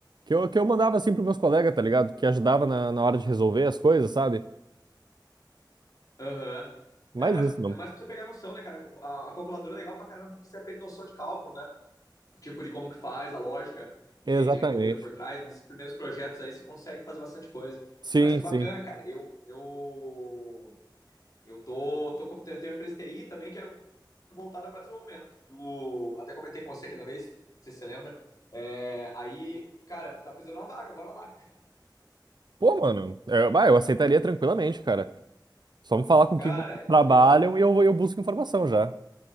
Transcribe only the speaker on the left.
Aham.
É, mas
é mais pra você pegar noção, né, cara? A, a calculadora é legal pra caramba porque você aprende noção de cálculo, né? Tipo, de como que faz, a lógica
que, que é envolvida por trás. Nesses primeiros projetos aí você consegue fazer bastante coisa.
Mas que bacana,
cara. Eu, eu, eu tô, tô, com- tenho tenho uma empresa de TI também que é voltada para desenvolvimento. Do... Até comentei com você aquela vez, não sei se você lembra. É, aí, cara, tá precisando uma vaga, bora lá.
Cara,
a
gente tem bastante. Uhum,